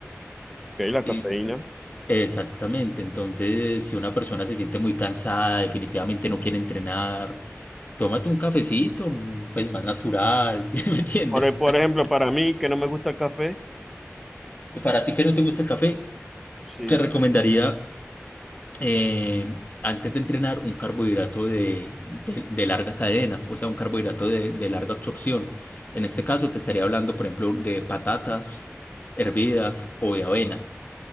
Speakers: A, in the centre; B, on the left.
A: ok, la
B: Y
A: cafeína.
B: exactamente. Entonces, si una persona se siente muy cansada, definitivamente no quiere entrenar Tómate un cafecito, un- pues más natural, <laughs> ¿sí me entiendes?
A: Por, e, por ejemplo, para mí, que no me gusta el café,
B: <laughs> Para ti que no te gusta el café,
A: sí,
B: te recomendaría eh, antes de entrenar un carbohidrato de, de- de larga cadena, o sea, un carbohidrato de, de larga absorción. En este caso te estaría hablando, por ejemplo, de patatas hervidas o de avena.